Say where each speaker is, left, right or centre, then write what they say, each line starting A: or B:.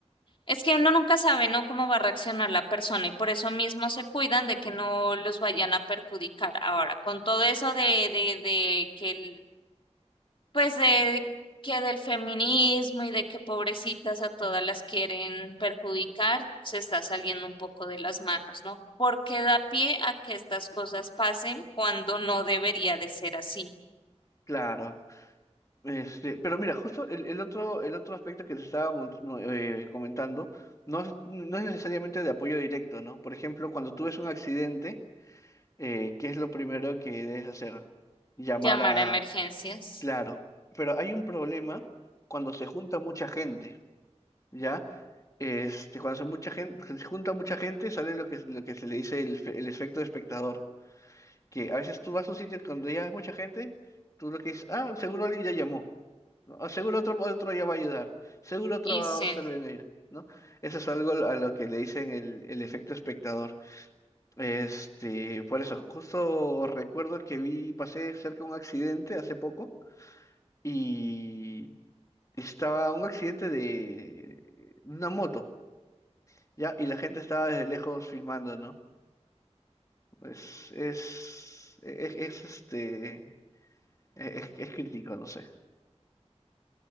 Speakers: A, on the left; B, on the left.
A: Es que uno nunca sabe, ¿no? Cómo va a reaccionar la persona y por eso mismo se cuidan de que no los vayan a perjudicar. Ahora, con todo eso de, de, de que el- pues de que del feminismo y de que pobrecitas a todas las quieren perjudicar, se está saliendo un poco de las manos, ¿no? Porque da pie a que estas cosas pasen cuando no debería de ser así.
B: Claro. Este, pero mira, justo el, el otro, el otro aspecto que te estaba mon- mo- eh, comentando no es, no es necesariamente de apoyo directo, ¿no? Por ejemplo, cuando tú ves un accidente, eh, ¿qué es lo primero que debes hacer? Llamar
A: Llamar
B: a...
A: a emergencias.
B: Claro, pero hay un problema cuando se junta mucha gente, ¿ya? Este, cuando se, mucha gente, se junta mucha gente, sale lo que, es- lo que se le dice el, fe- el efecto de espectador, que a veces tú vas a un sitio cuando ya hay mucha gente, tú lo que dices, ah, seguro alguien ya llamó. ¿no? O seguro otro, otro ya va a ayudar, seguro otro
A: Y
B: va
A: sí.
B: a intervenir, ¿no? Eso es algo a lo que le dicen el, el efecto espectador. Este, por eso, justo recuerdo que vi, pasé cerca de un accidente hace poco y estaba un accidente de una moto, ¿ya? Y la gente estaba desde lejos filmando, ¿no? Es, es, es, es, este, e, es, es crítico, no sé.